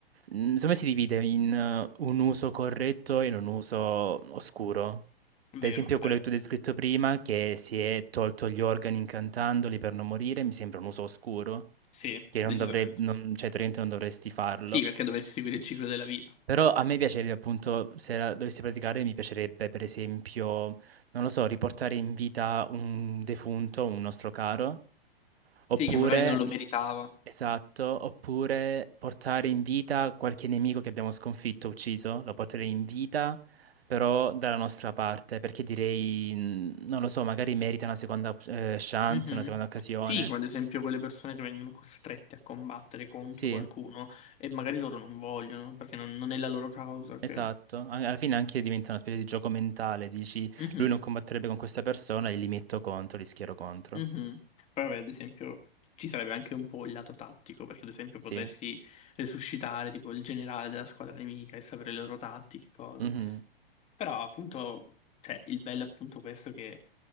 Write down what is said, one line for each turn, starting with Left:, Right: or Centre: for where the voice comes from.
Right: mm, secondo me si divide in eh, un uso corretto e in un uso oscuro.
Left: Vero,
Right: Ad esempio quello
Left: vero.
Right: che tu hai descritto prima, che si è tolto gli organi incantandoli per non morire, mi sembra un uso oscuro,
Left: Sì,
Right: che
Left: decisamente.
Right: non dovrei, non- cioè teoricamente non dovresti farlo.
Left: Sì, perché dovessi seguire il ciclo della vita.
Right: Però a me piacerebbe appunto, se la dovessi praticare, mi piacerebbe per esempio, non lo so, riportare in vita un defunto, un nostro caro, oppure,
Left: Sì, che magari non lo meritava.
Right: esatto, oppure portare in vita qualche nemico che abbiamo sconfitto, ucciso, lo porterei in vita, però dalla nostra parte, perché direi, mm, non lo so, magari merita una seconda eh, chance,
Left: Mhm.
Right: una seconda occasione.
Left: Sì, come ad esempio quelle persone che vengono costrette a combattere contro
Right: Sì.
Left: qualcuno e magari loro non vogliono perché non, non è la loro causa, ok?
Right: Esatto, a- alla fine anche diventa una specie di gioco mentale, dici
Left: Mhm.
Right: lui non combatterebbe con questa persona e li metto contro, li schiero contro.
Left: Mhm. Poi vabbè, ad esempio, ci sarebbe anche un po' il lato tattico, perché ad esempio
Right: Sì,
Left: potresti resuscitare tipo il generale della squadra nemica e sapere le loro tattiche, cose.
Right: Mhm.
Left: Però appunto, cioè, il bello è appunto questo che